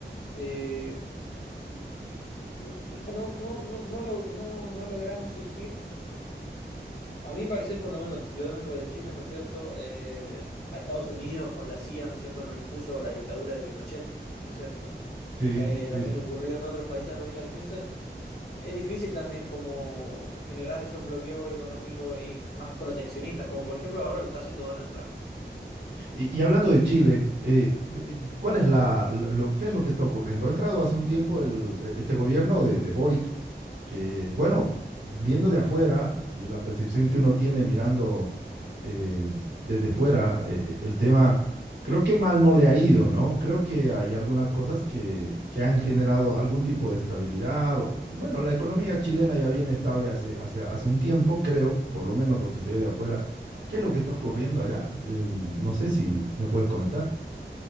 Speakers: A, on the left; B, on the right.
A: eh, no, no, no, no, no, no lo- no, no lograron surgir. A mi parecer, por lo menos, yo vengo de Chile, ¿no es cierto?, eh, a Estados Unidos con la CIA, ¿no es cierto?, nos impuso la dictadura de Pinochet, ¿no es cierto?
B: Sí,
A: eh,
B: sí.
A: también ocurrió en otros países de América Latina. Entonces, es difícil también como generar esos bloqueos económicos y más proteccionistas, como por ejemplo ahora lo está haciendo Donald Trump.
B: Y, y hablando de Chile, eh, eh, ¿cuál es la, lo, qué es lo que está ocurriendo? Ha entrado hace un tiempo el, eh, este gobierno de, de Boric que, bueno, viendo de afuera y la percepción que uno tiene mirando eh, desde fuera, eh, eh, el tema, creo que mal no le ha ido, ¿no? Creo que hay algunas cosas que, que han generado algún tipo de estabilidad. o- Bueno, la economía chilena ya viene estable hace, hace, hace un tiempo, creo, por lo menos lo que se ve de afuera. ¿Qué es lo que está ocurriendo allá? Em, no sé si me puedes comentar.